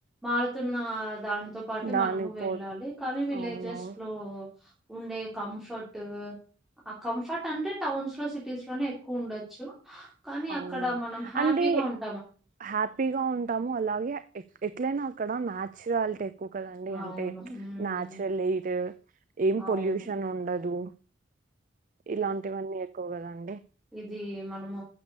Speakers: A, in the centre; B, on the right.
A: మారుతున్నా దాంతో పాటు
B: దాని
A: మనము
B: పో
A: వెళ్ళాలి కానీ విలేజెస్
B: అవునవును
A: లో ఉండే కంఫర్టు ఆ కంఫర్ట్ అంటే టౌన్స్ లో సిట్ టీస్ లోనే ఎక్కువ్ ఉండచ్చు కానీ
B: అవునవును
A: అక్కడ మనం హ్యాపీగా
B: అంటే
A: ఉన్
B: హ్యాపీగా ఉంటాము అలాగే ఏ ఎట్లైనా అక్కడ ఆ న్యాచ్రాల్టీ కు కదండి
A: అవును
B: అంటే
A: ఉమ్
B: న్యాచురల్ ఎయిట్ ఏం
A: అవును
B: పొల్యూషన్ ఉండదు ఇలాంటి వన్నీ ఎక్కువ కదా అండి
A: దీ మనము